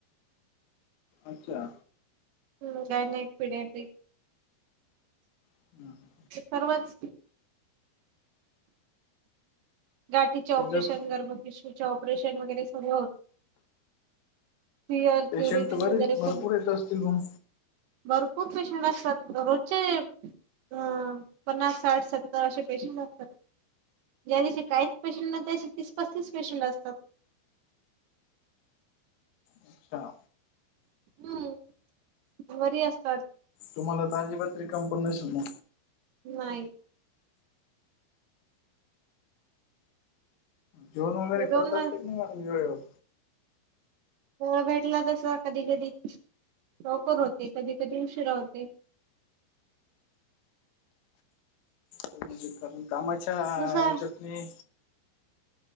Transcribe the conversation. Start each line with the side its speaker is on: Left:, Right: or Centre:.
Left: अच्छा!
Right: हूं गायनाइक, पिड्याट्रिक.
Left: <inaudible>
Right: परवाच. गाठीचे ऑपरेशन,
Left: शिजर
Right: गर्भ पिशवीचे ऑपरेशन, वगैरे सगळं होत. फिअल
Left: पेशंट
Right: क्युरेटिंग
Left: बरेच
Right: वगैरे सर्व
Left: भरपूर येत असतील मग
Right: भरपूर पेशंट असतात रोजचे. हा पन्नास, साठ, सत्तर, असे पेशंट असतात ज्या दिसी काहीच पेशंट नाही, त्यादिसी तीस, पस्तीस पेशंट असतात.
Left: अच्छा
Right: हूं घरी असतात.
Left: तुम्हाला त आजीबात रीकामपण नसेल म.
Right: नाही. !
Left: जेवन वगैरे
Right: हे दोन
Left: करत असत्या
Right: म
Left: का नाही मॅडम वेळेवर.
Right: वेळ भेटला तसा कधी, कधी लवकर होते कधी, कधी उशीरा होते.
Left: म्हणजे कारण कामाच्या ह्याच्यातणी.
Right: जसं